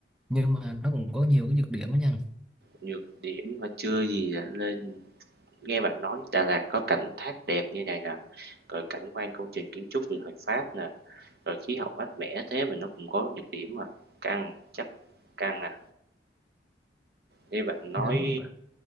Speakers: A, in the centre; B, on the right (about 60°).
A: nhưng mà nó cũng có nhiều cái nhược điểm á nha
B: nhược điểm mà chưa gì là lên nghe bạn nói Đà Lạt có cảnh thác đẹp như này nè, rồi cảnh quan công trình kiến trúc từ thời Pháp nè, rồi khí hậu mát mẻ thế mà nó cũng có nhược điểm mà căng, chắc căng à. Nghe bạn nói
A: nếu mà bạn-